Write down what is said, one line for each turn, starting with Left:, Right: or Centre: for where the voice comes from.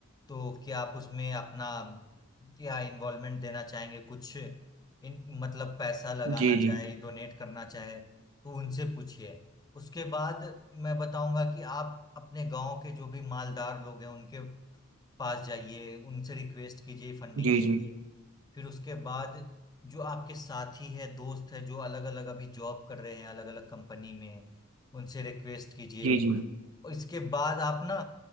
Left: तो क्या आप उसमें अपना क्या इन्वॉल्वमेंट देना चाहेंगे कुछ इन मतलब पैसा लगाना
Right: जी
Left: चाहे
Right: जी
Left: डोनेट करना चाहे तो उनसे पूछिए उसके बाद मैं बताऊंगा कि आप अपने गांव के जो भी मालदार लोग हैं उनके पास जाइए उनसे रिक्वेस्ट कीजिए फंडिंग
Right: जी
Left: के
Right: जी
Left: लिए फिर उसके बाद जो आपके साथी है दोस्त है जो अलग अलग अभी जॉब कर रहे हैं अलग अलग कंपनी में उनसे रिक्वेस्ट कीजिए
Right: जी जी
Left: और इसके बाद आप ना